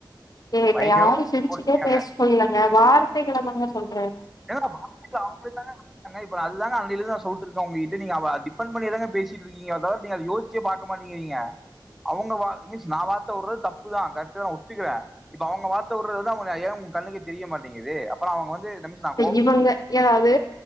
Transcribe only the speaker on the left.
ஏ இப்ப
யாரும் சிரிச்சுட்டே
பேச சொல்லலங்க வார்த்தைகள்ல தாங்க சொல்
இவுங்க ஏதாவது